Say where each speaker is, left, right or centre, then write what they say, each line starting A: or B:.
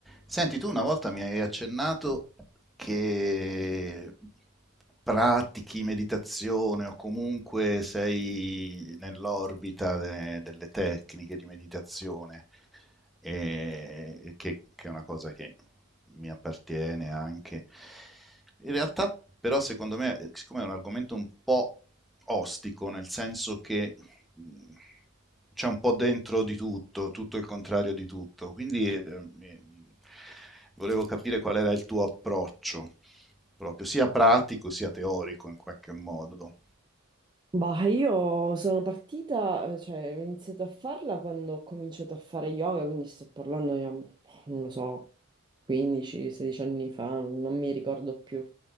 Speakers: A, in the centre; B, on the right.
A: Senti, tu una volta mi hai accennato che pratichi meditazione o comunque sei nell'orbita de- delle tecniche di meditazione e che, che è una cosa che mi appartiene anche. In realtà, però, secondo me, siccome è un argomento un po' ostico, nel senso che mh, c'è un po' dentro di tutto, tutto il contrario di tutto, quindi eh, mi- mi- volevo capire qual era il tuo approccio, proprio sia pratico sia teorico in qualche modo.
B: Bah, io sono partita, eh, cioè ho iniziato a farla quando ho cominciato a fare yoga, quindi sto parlando, io, boh, non lo so, 15-16 anni fa, non, non mi ricordo più,